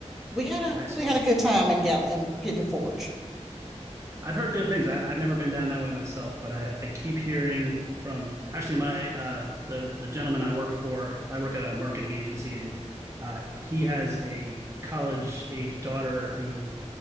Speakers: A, in the centre; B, on the right.
A: we had
B: nice
A: a we had a good time in Gal in Pigeon Forge.
B: I've heard good things. I, I've never been down that way myself, but I, I keep hearing from actually my uh, the the gentleman I work for. I work at a marketing agency, and uh, he has a college age daughter who